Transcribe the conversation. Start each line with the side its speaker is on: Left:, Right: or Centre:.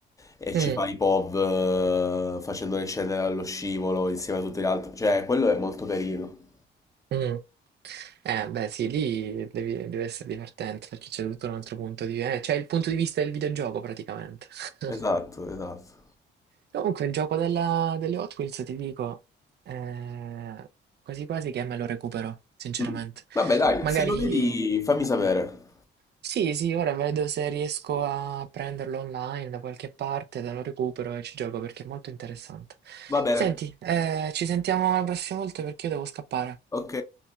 Left: e
Right: Mm.
Left: ci fa i POV eh, facendole scendere allo scivolo insieme a tutte le altre, cioè, quello è molto carino.
Right: Mm. Eh, beh, sì, lì devi- deve essere divertente perché c'è tutto un altro punto di vista. C'è il punto di vista del videogioco praticamente. <laughs>
Left: Esatto, esatto.
Right: Comunque, il gioco della- delle Hot Wheels, ti dico, eh, quasi quasi che me lo recupero, sinceramente.
Left: Mm. Vabbè, dai,
Right: Magari.
Left: se lo vedi fammi sapere.
Right: Sì, sì, ora vedo se riesco a prenderlo online da qualche parte, te lo recupero e ci gioco perché è molto interessante.
Left: Va bene.
Right: Senti, eh, ci sentiamo la prossima volta perché io devo scappare.
Left: Ok,